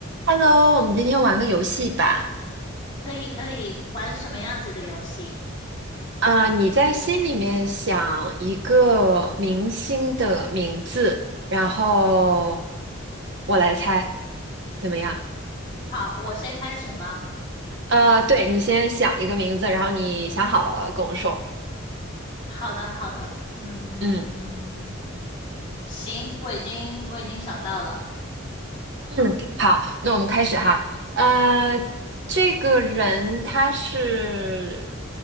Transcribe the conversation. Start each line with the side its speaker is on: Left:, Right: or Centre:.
Right: Hello，我们今天玩个游戏吧。
Left: 可以可以玩什么样子的游戏？
Right: 啊、你在心里面想一个明星的名字，然后我来猜，怎么样？
Left: 好，我先开始吗？
Right: 呃，对，你先想一个名字，然后你想好了跟我说。
Left: 好的好的，嗯，
Right: 嗯
Left: 行，我已经我已经想到了，
Right: 嗯，好，那我们开始哈。呃，
Left: 嗯，
Right: 这个人他是